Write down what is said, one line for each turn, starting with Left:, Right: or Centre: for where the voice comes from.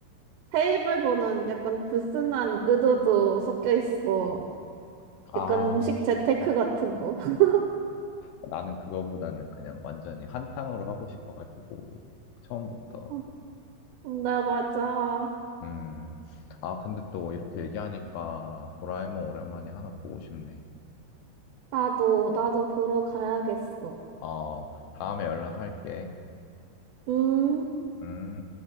Right: 테이블보는 약간 불순한 의도도 섞여 있어.
Left: 음. 아,
Right: 약간 음식 재테크 같은 거. <laughs>
Left: 나는 그거보다는 그냥 완전히 한탕으로 하고 싶어가지고, 처음부터.
Right: 어, 음, 네, 맞아.
Left: 음, 아, 근데 또 이렇게 얘기하니까 도라에몽 오랜만에 하나 보고 싶네.
Right: 나도, 나도 보러 가야겠어.
Left: 어, 다음에 연락할게.
Right: 음.
Left: 음.